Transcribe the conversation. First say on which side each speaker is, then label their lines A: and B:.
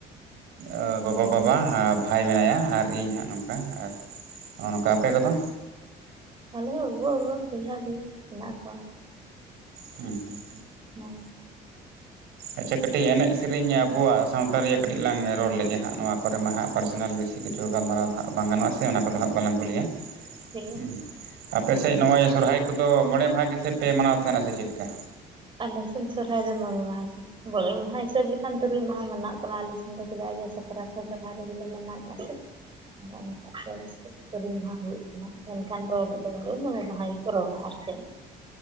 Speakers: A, on the right (about 80°); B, on the right (about 30°).
A: ᱚᱻ ᱜᱚᱜᱚ ᱵᱟᱵᱟ ᱵᱷᱟᱭ ᱢᱮᱱᱟᱭᱟ ᱟᱨ ᱤᱧ ᱦᱟᱸᱜ ᱱᱚᱝᱠᱟ ᱟᱨ ᱱᱚᱜ ᱚ ᱱᱚᱝᱠᱟ᱾ ᱟᱯᱮ ᱠᱚᱫᱚ
B: ᱟᱞᱮ ᱩᱣᱟᱹ ᱩᱣᱟᱹ ᱵᱚᱭᱦᱟ ᱜᱮ ᱦᱮᱱᱟᱜ ᱠᱚᱣᱟ᱾
A: ᱦᱩᱸ ᱦᱸᱩᱜ᱾
B: ᱦᱚᱸᱻ
A: ᱟᱪᱪᱷᱟ ᱠᱟᱹᱴᱤᱡᱽ ᱮᱱᱮᱡ ᱥᱮᱨᱮᱧ ᱟᱵᱚᱣᱟᱜ ᱥᱟᱶᱛᱟ ᱨᱮᱭᱟᱜ ᱞᱟᱝ ᱨᱚᱲ ᱞᱮᱜᱮ ᱦᱟᱸᱜ ᱱᱚᱣᱟ ᱠᱚᱨᱮ ᱢᱟ ᱦᱟᱸᱜ ᱯᱟᱨᱥᱚᱱᱟᱞ ᱵᱤᱥᱤ ᱠᱤᱪᱷᱩ ᱜᱟᱞᱢᱟᱨᱟᱣ ᱫᱚ ᱦᱟᱸᱜ ᱵᱟᱝ ᱜᱟᱱᱚᱜᱼᱟ ᱥᱮ ᱚᱱᱟ ᱠᱚᱫᱚ ᱦᱟᱸᱜ ᱵᱟᱝᱞᱟᱝ ᱠᱩᱞᱤᱭᱟ᱾
B: ᱦᱮᱸ
A: ᱦᱩᱸ ᱟᱯᱮ ᱥᱮᱫ ᱱᱚᱜᱼᱚᱭ ᱥᱚᱨᱦᱟᱭ ᱠᱚᱫᱚ ᱢᱚᱬᱮ ᱢᱟᱦᱟ ᱜᱮᱥᱮ ᱯᱮ ᱢᱟᱱᱟᱣ ᱛᱟᱦᱮᱱᱟ ᱥᱮ ᱪᱮᱫᱞᱮᱠᱟ?
B: ᱟᱞᱮᱥᱮᱱ ᱥᱚᱨᱦᱟᱭ ᱫᱚ ᱢᱚᱬᱮ ᱢᱟᱦᱟ ᱜᱮ ᱢᱚᱬᱮ ᱢᱟᱦᱟ ᱦᱤᱥᱟᱹᱵᱽ᱾ ᱮᱠᱷᱟᱱ ᱛᱩᱨᱩᱭᱡ ᱢᱟᱦᱟ ᱢᱟᱱᱟᱣ ᱠᱟᱱᱟ ᱟᱞᱮ ᱥᱮᱱ ᱫᱚ ᱪᱮᱫᱟᱜ ᱤᱭᱟᱹ ᱥᱟᱠᱨᱟᱛ ᱦᱚᱸ ᱥᱚᱨᱦᱟᱭ ᱨᱮᱜᱮᱞᱮ ᱢᱟᱱᱟᱣᱮᱜᱼᱟ ᱥᱮ᱾ ᱟᱫᱚ ᱚᱱᱠᱟᱛᱮ ᱛᱩᱨᱩᱭ ᱢᱟᱦᱟ ᱦᱩᱭᱩᱜ ᱠᱟᱱᱟ ᱢᱮᱱᱠᱷᱟᱱ ᱫᱚ ᱢᱚᱬᱮ ᱢᱟᱦᱟ ᱜᱮᱠᱚ ᱨᱚᱲᱟ ᱟᱨ ᱪᱮᱫ?